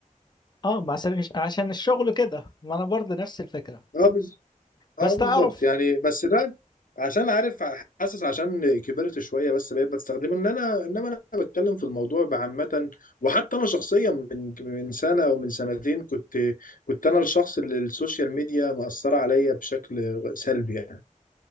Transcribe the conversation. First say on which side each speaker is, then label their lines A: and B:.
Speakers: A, on the left (about 30°); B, on the left (about 75°).
A: اه ما عشان عشان الشغل كده ما انا برضو نفس الفكرة
B: اه بز... اه
A: بس تعرف
B: بالظبط يعني بس ده عشان عارف حاسس عشان كبرت شويه بس بقيت بستخدمه ان انا انما انا بتكلم في الموضوع بعامه وحتى انا شخصيا من من سنه او من سنتين كنت كنت انا الشخص اللي السوشيال ميديا مأثره عليا بشكل سلبي يعني